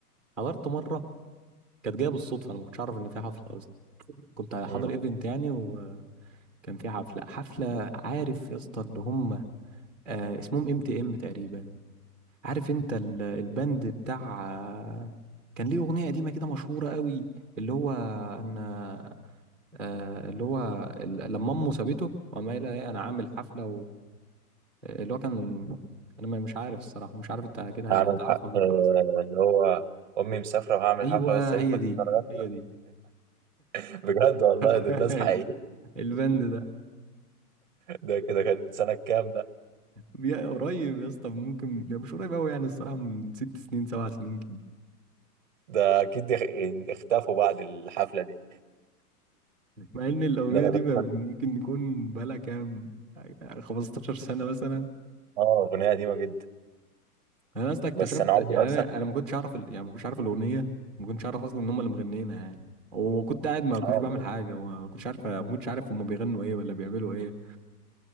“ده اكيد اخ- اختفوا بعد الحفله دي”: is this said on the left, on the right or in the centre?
Right